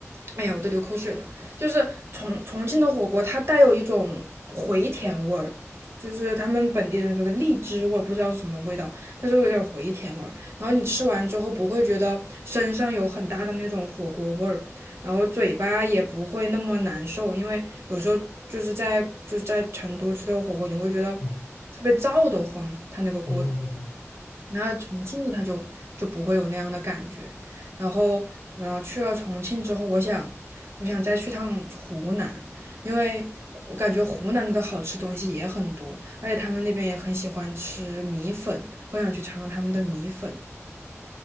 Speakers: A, on the right; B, on the left.
A: 哎呀，我都流口水了。就是重重庆的火锅，它带有一种回甜味儿，就是他们本地人说的荔枝味儿，不知道是什么味道，但是有点回甜味儿。然后你吃完之后不会觉得身上有很大的那种火锅味儿，然后嘴巴也不会那么难受，因为有时候就是在就是在成都吃的火锅，你会觉得
B: 嗯
A: 特别燥得慌，它那个锅底。
B: 嗯嗯嗯。嗯
A: 那重庆的他就就不会有那样的感觉。然后，然后去了重庆之后，我想，我想再去趟湖南，因为我感觉湖南的好吃东西也很多，而且他们那边也很喜欢吃米粉，我想去尝尝他们的米粉。